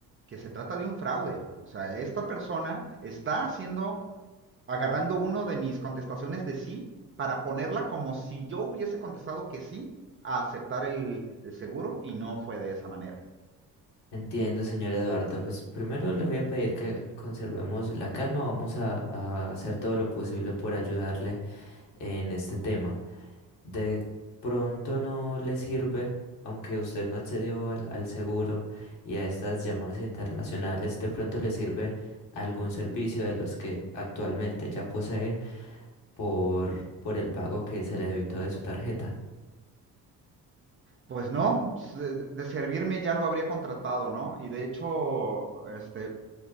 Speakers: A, on the right (about 25°); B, on the left (about 55°).
A: que se trata de un fraude. O sea, esta persona está haciendo, agarrando uno de mis contestaciones de sí para ponerla como si yo hubiese contestado que sí a aceptar el, el seguro y no fue de esa manera.
B: Entiendo, señor Eduardo. Pues primero le voy a pedir que conservemos la calma. Vamos a, a hacer todo lo posible por ayudarle en este tema. De pronto no le sirve, aunque usted no accedió al, al seguro y a estas llamadas internacionales, de pronto le sirve algún servicio de los que actualmente ya posee por, por el pago que se le debitó de su tarjeta.
A: Pues no, pues, de servirme ya lo habría contratado, ¿no? Y de hecho, este,